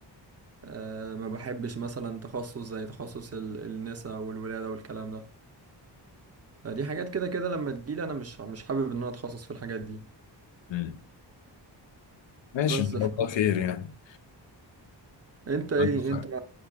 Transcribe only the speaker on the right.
أه ما بحبش مثلا تخصص زي تخصص ال- النساء والولاده والكلام ده فدي حاجات كده كده لما تجيلي انا مش مش حابب ان انا اتخصص في الحاجات دي
بس
ف...
انت ايه
انت